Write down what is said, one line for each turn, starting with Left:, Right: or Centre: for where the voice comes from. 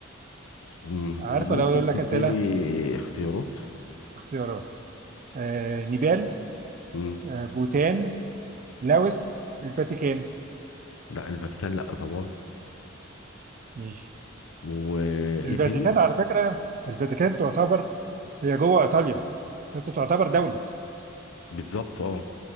Left: مم.
Right: عارفة
Left: طب ممكن
Right: لو يقول لك
Left: تديلي
Right: أسئلة
Left: اختيارات
Right: اختيارات آه، نيبال
Left: مم.
Right: آه، بوتان لاوس الفاتيكان
Left: لا الفاتيكان لا طبعا
Right: ماشي
Left: وايه
Right: الفاتيكان
Left: تاني
Right: على فكرة الفاتيكان تعتبر هي جوه إيطاليا بس تعتبر دولة
Left: بالظبط اه